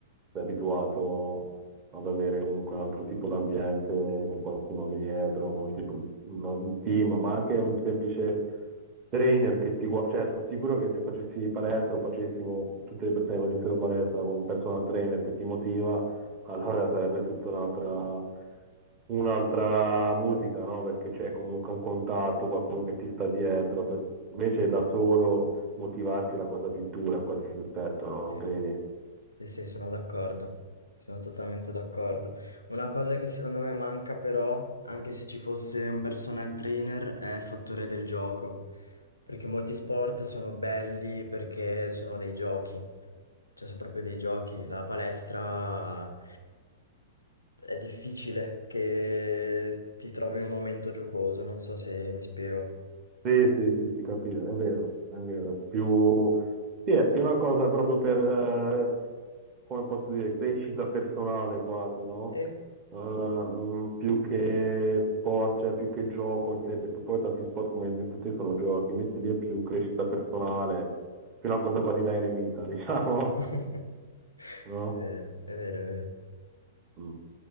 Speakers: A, on the right; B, on the left.
A: sei abituato ad avere comunque un altro tipo d'ambiente, con qualcuno che è dietro, con un tipo, una- un team, ma anche un semplice trainer che ti guarda, cioè sono sicuro che se facessi palestra o facessimo, tutte le persone che facessero palestra con un personal trainer che ti motiva, allora sarebbe tutta un'altra un'altra musica, no? Perché c'è comunque un contatto, qualcuno che ti sta dietro. Per- Invece da solo motivarsi è la cosa più dura in qualsiasi aspetto, no? Non
B: sì.
A: credi?
B: Sì, sì, sono d'accordo, sono totalmente d'accordo. Una cosa che secondo me manca però, anche se ci fosse un personal trainer, è il fattore del gioco, perché molti sport sono belli perché sono dei giochi, cioè sono proprio dei giochi. La palestra è difficile che ti trovi in un momento giocoso, non so se mi spiego.
A: Sì, sì, sì, si capisce,
B: Mm.
A: è vero, è vero. Più... Sì, è più una cosa proprio per, eh, come posso dire, crescita personale quasi, no?
B: Sì.
A: Eh, mm, più che sport, cioè più che gioco in sé, perché poi tanti sport, come hai detto te, sono giochi, invece lì è più crescita personale, più una cosa quasi da eremita, <laughs> diciamo,
B: <laughs>
A: no?
B: È vero, è vero, è vero.
A: Mm.